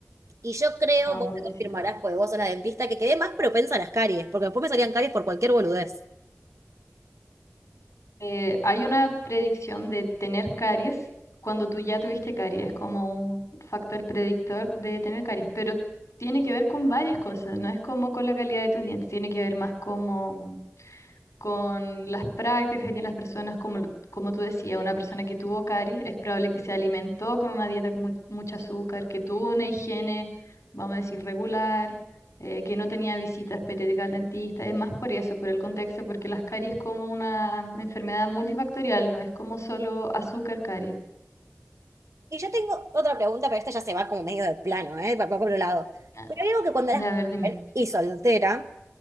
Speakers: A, on the right; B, on the left.
A: Y yo creo,
B: No,
A: vos
B: pobrecita.
A: me confirmarás, porque vos sos la dentista, que quedé más propensa a las caries, porque después me salían caries por cualquier boludez.
B: Eh, hay una predicción de tener caries cuando tú ya tuviste caries, es como un factor predictor de tener caries, pero tiene que ver con varias cosas, no es como con la calidad de tus dientes, tiene que ver más como con las prácticas que tienen las personas, como, lo- como tú decías, una persona que tuvo caries, es probable que se alimentó con una dieta con mu- mucho azúcar, que tuvo una higiene, vamos a decir, regular, eh, que no tenía visitas periódicas al dentista. Es más por eso, por el contexto, porque las caries es como una enfermedad multifactorial, no es como solo azúcar, caries.
A: Y yo tengo otra pregunta, pero esta ya se va como medio de plano, ¿eh? Va va por un lado.
B: Ah,
A: Pero hay algo que cuando
B: Ya,
A: eras
B: a ver, dime.
A: joven y soltera,